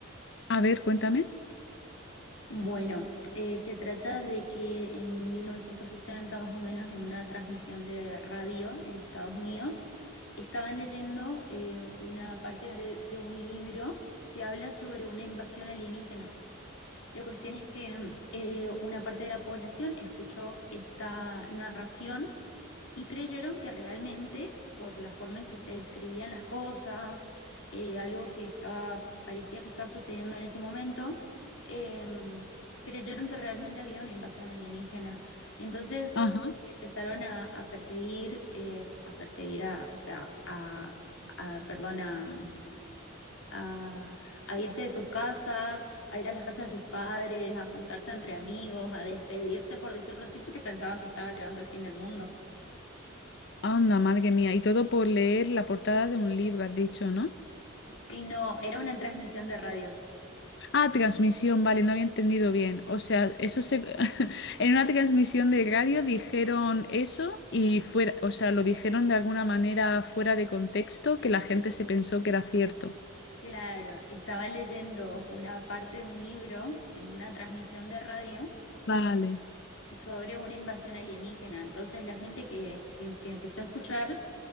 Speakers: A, on the left; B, on the left.
A: A ver, cuéntame.
B: Bueno, eh, se trata de que en mil novecientos sesenta más o menos, en una transmisión de radio en Estados Unidos, estaban leyendo eh, una parte de, de un libro que habla sobre una invasión alienígena. La cuestión es que eh, una parte de la población escuchó esta narración y creyeron que realmente, por la forma en que se describían las cosas, eh, algo que estaba, parecía que estaba sucediendo en ese momento, em, creyeron que realmente había una invasión alienígena. Entonces,
A: Ajá,
B: eh, empezaron a, a perseguir, eh, a perseguir a, o sea, a, a perdón, a... A, a irse de sus casas, a ir a las casas de sus padres, a juntarse entre amigos, a despedirse, por decirlo así, porque pensaban que estaba llegando el fin del mundo.
A: anda, madre mía. Y todo por leer la portada de un libro, has dicho, ¿no?
B: Que No, era una transmisión de radio.
A: Ah, transmisión, vale, no había entendido bien. O sea, eso se... <laughs> en una transmisión de radio dijeron eso y fuera, o sea, lo dijeron de alguna manera fuera de contexto que la gente se pensó que era cierto.
B: Claro, estaba leyendo una parte de un libro en una transmisión de radio
A: Vale.
B: sobre una invasión alienígena. Entonces la gente que, que, que empezó a escuchar